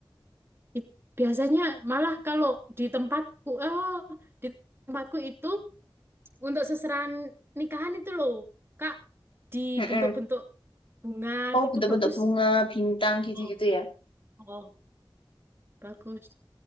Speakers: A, on the right (about 25°); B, on the left (about 75°).
A: It- Biasanya malah kalau di tempatku, oh, di tempatku itu untuk seserahan nikahan itu loh, Kak, dibentuk-bentuk
B: Mm-mm.
A: bunga
B: Oh,
A: gitu
B: bentuk-bentuk
A: bagus.
B: bunga, bintang gitu-gitu
A: Oh,
B: ya.
A: oh. Bagus.